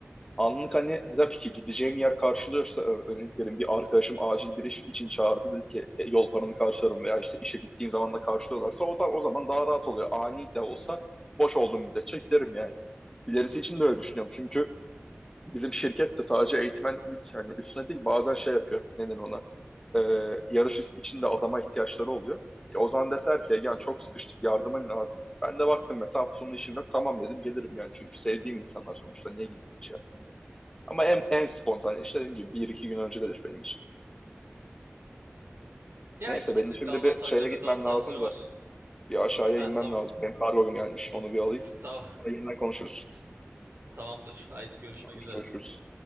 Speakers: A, on the left (about 15°); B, on the right (about 65°).
A: Anlık hani tabii ki gideceğim yer karşılıyorsa ör- örnek vereyim bir arkadaşım acil bir iş için çağırdı dedi ki "E, yol paranı karşılarım veya işte işe gittiğim zaman da karşılıyorlarsa o da o zaman daha rahat oluyor. Ani de olsa boş olduğum müddetçe giderim yani. İlerisi için de öyle düşünüyorum. Çünkü bizim şirket de sadece eğitmenlik hani üstüne değil bazen şey yapıyor. Neden ona? e, yarış için de adama ihtiyaçları oluyor. E, Ozan deser ki yani çok sıkıştık yardımın lazım. Ben de baktım mesela hafta sonu işim yok tamam dedim gelirim yani çünkü sevdiğim insanlar sonuçta niye gitmeyeyim şey yapayım yani. Ama en, en spontane işte dediğim gibi bir iki gün öncedir benim için.
B: Yani
A: Neyse
B: ikisinin
A: benim şimdi
B: de avantajları
A: bir şeye
B: dezavantajları
A: gitmem lazım
B: var.
A: da bir aşağıya
B: Ha
A: inmem
B: tamam.
A: lazım. Benim kargom gelmiş onu bir alayım.
B: Tamam. <laughs>
A: Sonra yeniden konuşuruz.
B: Tamamdır. Haydi görüşmek
A: Hadi
B: üzere.
A: Görüşürüz.